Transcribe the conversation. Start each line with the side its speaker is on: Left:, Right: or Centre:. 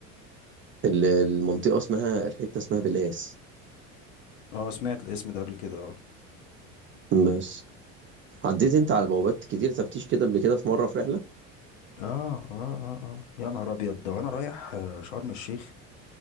Right: ال- المنطقة اسمها الحتة اسمها بلاس
Left: أه سمعت الاسم ده قبل كده أه
Right: بس عديت انت على بوابات كتير تفتيش كده قبل كده في مرة في رحلة
Left: آه آه آه آه يا نهار أبيض ده وأنا رايح آه، شرم الشيخ